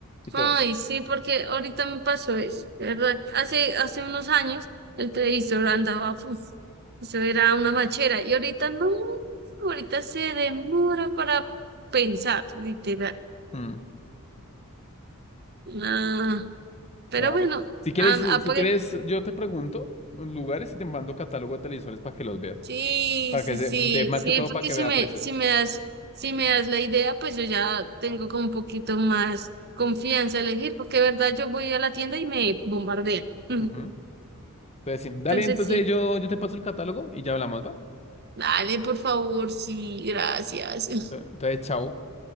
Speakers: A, on the left; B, on the right.
A: y todo
B: Ay,
A: eso.
B: sí, porque ahorita me pasó eso, de ¿verdad? Hace, hace unos años el televisor andaba, puf, eso era una machera, y ahorita no, ahorita se demora para pensar, literal.
A: Mm,
B: Nah, pero
A: vale.
B: bueno,
A: Si quieres,
B: am- apare-
A: si quieres, yo te pregunto los lugares y te mando catálogo de televisores para que los veas,
B: sí,
A: para que,
B: sí,
A: se-
B: sí,
A: de, más
B: sí,
A: que todo
B: porque
A: para que
B: si
A: vea
B: me,
A: precios.
B: si me das, si me das la idea, pues yo ya tengo como un poquito más confianza a elegir, porque de verdad yo voy a la tienda y me bombardean. <laughs>
A: Ujú. Entonces, sí, dale,
B: Entonces
A: entonces
B: sí.
A: yo, yo te paso el catálogo y ya hablamos, ¿va?
B: Dale, por favor, sí, gracias. <laughs>
A: Entonces, chao.